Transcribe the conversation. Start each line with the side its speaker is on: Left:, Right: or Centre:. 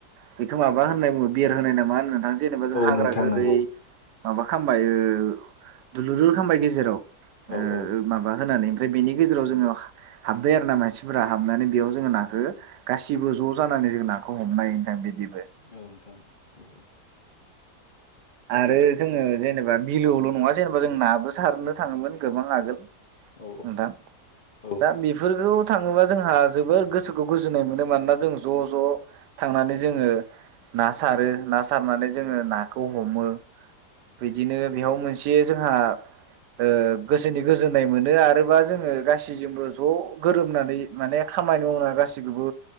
Right: बेखौ माबा होननाय बुङो बिर होनाय नामा होनथां जेनेबा
Left: औ
Right: हाग्रा
Left: नोंथां
Right: गोरै
Left: नंगौ
Right: माबा खालामबाय ओ दुलुरदुर खालामबाय गेजेराव। ओ
Left: औ औ
Right: माबा होनानै ओमफ्राय बेनि गेजेराव जोङो हाबबाय आरो ना मानसिफ्रा हाबनानै बेयाव जोङो नाखो गासिबो ज' जानानै जों नाखौ हमनायो नोंथां बिदि
Left: औ नोंथां। औ
Right: आरो जोङो जेनेबा बिलोआवल' नङा जेनेबा जों नाबो सारनो थाङोमोन गोबां आगोल। नोंथां
Left: औ औ
Right: दा बेफोरखौ थाङोबा जोंहा जोबोर गोसोखौ गोजोननाय मोनो मानोना जों ज' ज' थांनानै जोङो ना सारो ना सारनानै जोङो नाख खौ हमो। बेदिनो बेयाव मोनसे जोंहा ओ गोसोनि गोजोननाय मोनो आरोबा जोङो गासैजोंबो ज' गोरोमनानै माने खामानि मावना गासैखौबो